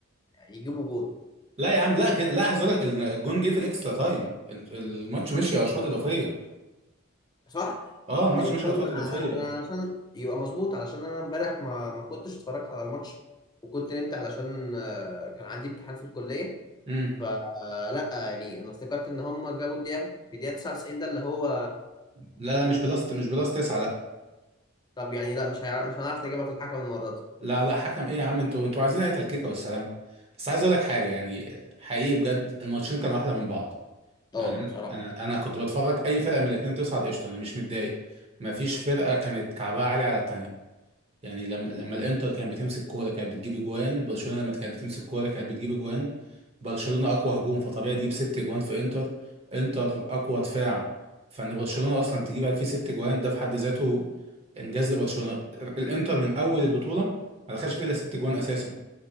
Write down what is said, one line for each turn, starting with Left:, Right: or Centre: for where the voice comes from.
Left: يجيبوا جون
Right: لا يا عم لا كده لا عايز اقول لك ال- الجون جه في الاكسترا تايم ال- الماتش مشي اشواط اضافيه
Left: صح؟
Right: اه الماتش
Left: يبقى
Right: مشي
Left: انا
Right: اشواط
Left: أنا-
Right: اضافيه
Left: أنا علشان يبقى مظبوط علشان انا امبارح ما ما كنتش اتفرجت على الماتش وكنت نمت علشان آه، كان عندي امتحان في الكليه
Right: امم
Left: فلا يعني انا افتكرت ان هم جابوا الدقيقه في الدقيقه 99 ده اللي هو
Right: لا لا مش بلس مش بلس تسعة لا
Left: طب يعني لا مش هيعرف مش هنعرف نجيبها في الحكم المره دي
Right: لا لا حكم ايه يا عم انتوا انتوا عايزين اي تلكيكه والسلام بس عايز اقول لك حاجه يعني حقيقي بجد الماتشين كانوا احلى من بعض
Left: اه
Right: يعني
Left: بصراحه
Right: انا انا كنت بتفرج اي فرقه من الاثنين تصعد قشطه انا مش متضايق ما فيش فرقه كانت كعبها عالي على التانيه يعني لما لما الانتر كانت بتمسك كوره كانت بتجيب اجوان برشلونه لما كانت بتمسك كوره كانت بتجيب اجوان برشلونه اقوى هجوم فطبيعي تجيب ست اجوان في انتر انتر اقوى دفاع فان برشلونه اصلا تجيب فيه ست اجوان ده في حد ذاته انجاز لبرشلونه الانتر من اول البطوله ما دخلش فيه الا ست اجوان اساسا